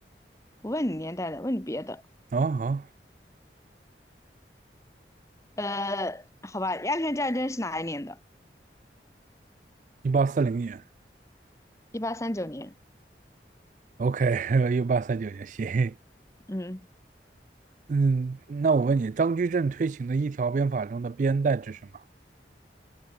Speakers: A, on the left; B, on the right.
A: 不问你年代的，问你别的。
B: 啊啊，
A: 呃，好吧，鸦片战争是哪一年的？
B: 一八四零年
A: 一八三九年。
B: ，OK，<laughs> 一八三九 <laughs> 年，行。
A: 嗯，
B: 嗯，那我问你，张居正推行的一条鞭法中的“鞭”代指什么？